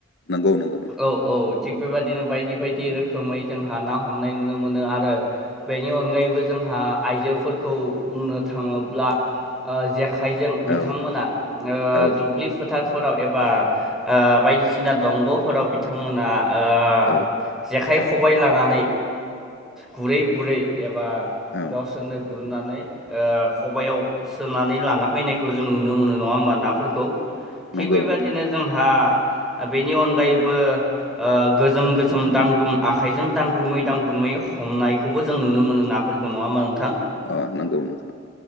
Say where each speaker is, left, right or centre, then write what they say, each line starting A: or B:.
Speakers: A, on the left; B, in the centre.
A: नंगौ नंगौ।
B: औ औ थिग बेबदिनो बायदि बायदि रोखोमै जोंहा ना हमनाय नुनो मोनो आरो बेनि अनगायैबो जों हा आइजोफोरखौ बुंनो थाङोब्ला जे आखाइजों बिथांमोना
A: औ
B: ओ
A: औ
B: दुब्लि फोथार फोराव एबा ओ बायदिसिना दंग'फोराव बिथांमोना ओ
A: औ
B: जेखाइ खबाय लानानै गुरै गुरै एबा
A: औ
B: गावसोरनो गुरनानै ओ खबयाव सोनानै लाना फैनायखौ जों नुनो मोनो नङा होमबा नाफोरखौ। थिग
A: नंगौ
B: बेबादिनो
A: नोंथां
B: जोंहा बेनि अन गायैबो ओ गोजोम गोजोम दांग्रुम आखाइजों दांग्रुमै दांग्रुमै हमनायखौबो जों नुनो मोनो नाफोरखौ नङा होनबा नों
A: अ नंगौ नोंथां